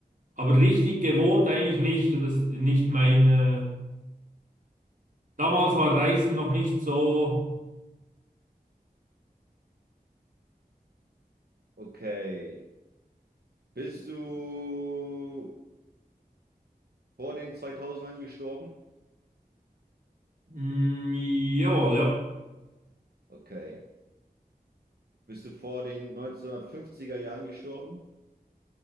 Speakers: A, on the right; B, on the right.
A: Aber richtig gewohnt eigentlich nicht und das ist nicht meine damals war Reisen noch nicht so.
B: Okay. Bist du vor den zweitausendern gestorben?
A: Mm, jawohl, ja.
B: Okay. Bist du vor den neunzehnhundertfünfziger Jahren gestorben?